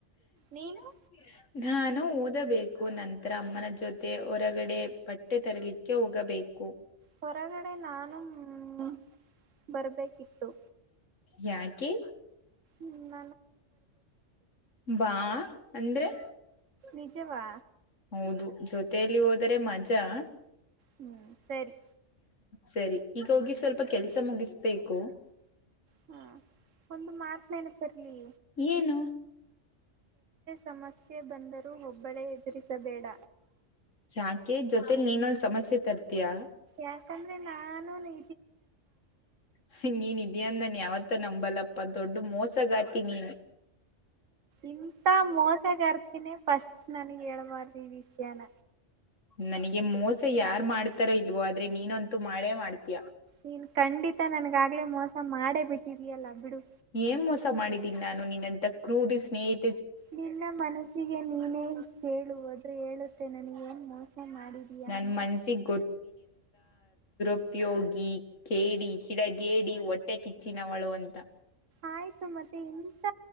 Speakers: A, on the right; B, on the left.
A: ನೀನು
B: ್ಮ ನಾನು ಓದಬೇಕು ನಂತರ ಅಮ್ಮನ ಜೊತೆ ಹೊರಗಡೆ ಬಟ್ಟೆ ತರಲಿಕ್ಕೆ ಹೋಗಬೇಕು
A: ಹೊರಗಡೆ ನಾನು ಹ ಬರ್ಬೇಕಿತ್ತು
B: ಯಾಕೆ
A: ಹ್ಮ
B: ಬಾ ಅಂದ್ರೆ
A: ನಿಜವಾ
B: ಹೌದು ಜೊತೆಯಲ್ಲಿ ಅರೆ ಮಜಾ <unintelligible>
A: ಹ್ಮ್ ಸರಿ
B: ಸರಿ ಈಗ ಹೋಗಿ ಸ್ವಲ್ಪ ಕೆಲ್ಸ ಮುಗಿಸ್ಬೇಕು
A: ಹ್ಮ್ ಒಂದು ಮಾತ್ ನೆನಪರ್ಲಿ
B: ಏನು
A: ಸಮಸ್ಯೆ ಬಂದರೂ ಒಬ್ಬಳೇ ಎದುರಿಸಬೇಡ
B: ಯಾಕೆ ಜೊತೆ ನೀನ್ನೊಂದು್ ಸಮಸ್ಯೆ ತರ್ತೀಯಾ
A: ಯಾಕಂದ್ರೆ ನಾನು ನಿ
B: ಸಿ ನೀ ನಿಿದ್ದ ದ ಅಂದನ್ ಯಾವತ್ತ ನಂಬಲ್ಲಪ್ಪ ದೊಡ್ಡ ಮೋಸಗಾತಿನಿ
A: ಇಂತ ಮೋಸಗರ್ತಿನಿ ಫಸ್ಟ್ ನನ್ಗ್ ಹೇಳ್ಬಾರ್ದಿ ಈ ವಿಷಯಾನ
B: ನನಗೆ ಮೋಸ ಯಾರ್ು ಮಾಡ್ತಾರೋ ಇಲ್ವೋ ಆದ್ರೆ ನೀನಂತೂ ಮಾಡೇ ಮಾಡ್ತೀಯಾ
A: ನೀನ್ ಖಂಡಿತ ನನ್ಗಾಗಗ್ಲೇ ಮೋಸ ಮಾಡೇ ಬಿಟ್ಟಿದಯಲ್ಲ ಬಿಡು
B: ಏನ್ ಮೋಸ ಮಾಡಿದ್ದೀನಿ ನಾನು ನಿನ್ನಂತ ಕ್ರೂರಿ ಸ್ನೇಹಿತ
A: ನಿನ್ನ ಮನಸ್ಸಿಗೆ ನೀನೇ ಕೇಳು ಅದು ಹೇಳುತ್ತೆ ನನ ಏನ್ ಮೋಸ ಮಾಡಿದೀಯಾ
B: ನನ್
A: ಅಂತ
B: ಮನ್ಸಿಗ್ ಉಪೋಗಿ <unintelligible> ಕೇಡಿ ಕಿಡ ಗೇಡಿ ಹೊಟ್ಟೆ ಕಿಚ್ಚಿನವಳು ಅಂತ
A: ಆಯ್ತು ಮತ್ತೆ ಇಂತ